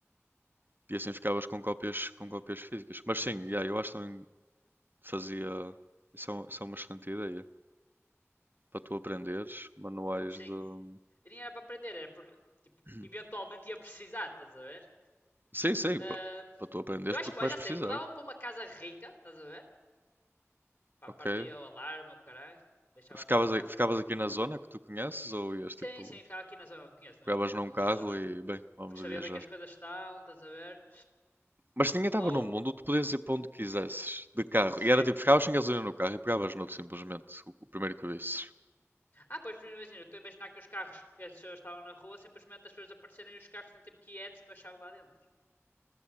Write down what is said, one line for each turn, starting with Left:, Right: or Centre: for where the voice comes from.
Right: E assim ficavas com cópias, com cópias físicas. Mas sim, yeah, eu acho que também fazia. Isso é, um- isso é uma excelente ideia. Para tu aprenderes manuais
Left: Sim.
Right: de.
Left: E nem era para aprender, era por- tipo,
Right: <clears throat>
Left: eventualmente ia precisar, estás a ver?
Right: Sim, sim,
Left: Ah,
Right: pa- para tu aprenderes
Left: eu acho
Right: porque
Left: que, ah,
Right: vais
Left: já
Right: precisar,
Left: sei, mudava-me para uma casa rica, estás a ver? Pá,
Right: ok?
Left: partia o alarme, o caralho, deixava
Right: Ficavas,
Left: aquilo ficar
Right: a-
Left: sem.
Right: ficavas aqui na zona que tu conheces ou ias
Left: Sim,
Right: tipo,
Left: sim, ficava aqui na zona que conheço, não
Right: pegavas
Left: ia para uma
Right: num carro
Left: zona.
Right: e bem, vamos
Left: Porque sabia
Right: viajar.
Left: onde é que as coisas estão, estás a ver?
Right: Mas se ninguém estava
Left: Ou,
Right: no mundo, tu podias ir para onde quisesses, de carro.
Left: certo.
Right: E era tipo, ficavas sem gasolina no carro e pegavas noutro simplesmente, o, o primeiro que visses.
Left: Ah, pois, por exemplo, eu estou a imaginar que os carros que as pessoas estavam na rua, simplesmente as pessoas aparecerem e os carros estão tipo quietos com a chave lá dentro,